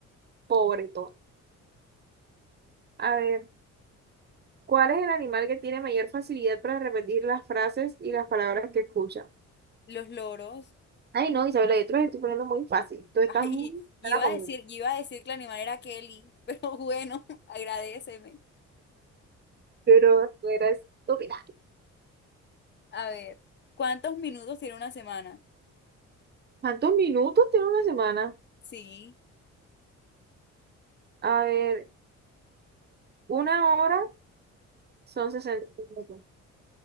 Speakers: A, on the right (about 35°); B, on the left (about 35°).
A: Pobre todo. A ver, ¿cuál es el animal que tiene mayor facilidad para repetir las frases y las palabras que escucha?
B: Los loros.
A: Ay, no, Isabela, yo te los estoy poniendo muy fácil.
B: <laughs>
A: Tú estás
B: Ay,
A: muy
B: yo
A: mala
B: iba
A: conmigo.
B: a decir, yo iba a decir que el animal era Kelly, pero bueno, <laughs> agradéceme.
A: Pero tú eres estúpida.
B: A ver, ¿cuántos minutos tiene una semana?
A: ¿Cuántos minutos tiene una semana?
B: Sí,
A: A ver, una hora son 60 minutos.